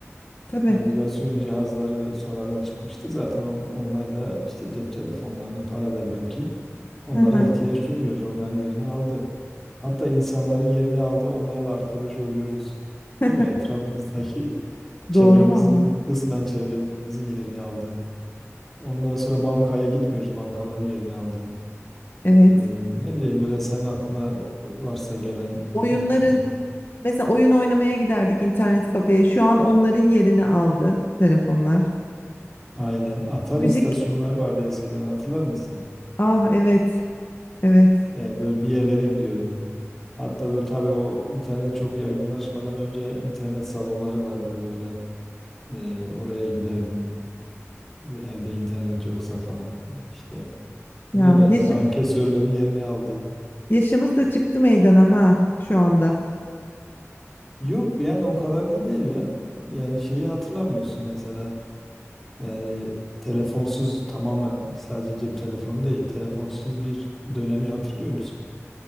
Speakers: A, on the left (about 45°); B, in the centre.
A: Tabii.
B: navigasyon cihazları sonradan çıkmıştı. Zaten on- onlar da işte cep telefonlarına paralel belki. Onlara
A: Hı hı.
B: ihtiyaç duymuyoruz. Onların yerini aldı. Hatta insanların yerini aldı. Onlarla arkadaş oluyoruz.
A: <laughs>
B: Değil mi? Etrafımızdaki <laughs> çevremizin,
A: Doğru vallahi.
B: kısmen çevremizin yerini aldı. Ondan sonra bankaya gitmiyoruz. Bankaların yerini aldı.
A: Evet.
B: Ee, ne bileyim böyle senin aklına varsa gelen
A: Oyunların
B: e, ek-
A: Mesela oyun oynamaya giderdik internet kafeye. Şu an onların yerini aldı telefonlar.
B: aynen. Atari
A: Müzik.
B: istasyonları vardı eskiden hatırlar mısın?
A: Ah evet. Evet.
B: Yani böyle bir yerlere gidiyordun. Hatta böyle tabii o internet çok yaygınlaşmadan önce internet salonları vardı böyle Ee, oraya giderdin evde internet yoksa falan işte buna
A: Ya
B: benzer
A: yaşım
B: ankesörlerin yerini aldı.
A: yaşımız da çıktı meydana ha şu anda.
B: Yok yani o kadar da değil ya. Yani şeyi hatırlamıyorsun mesela. Yani telefonsuz tamamen sadece cep telefonu değil telefonsuz bir dönemi hatırlıyor musun?